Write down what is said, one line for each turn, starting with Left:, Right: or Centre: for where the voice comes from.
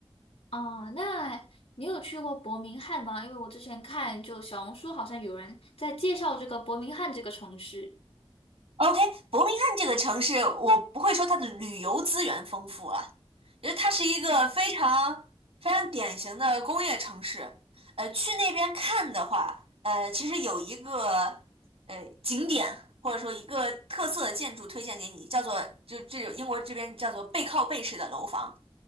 Left: 啊、那你有去过伯明翰吗？因为我之前看就小红书好像有人在介绍这个伯明翰这个城市
Right: OK，伯明翰这个城市，我不会说它的旅游资源丰富啊，因为它是一个非常非常典型的工业城市。呃，去那边看的话，呃，其实有一个呃景点或者说一个特色的建筑推荐给你，叫做就这英国这边叫做背靠背式的楼房，